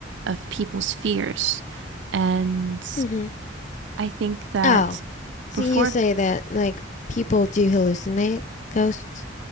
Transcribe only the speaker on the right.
of people's fears. And
I think that
before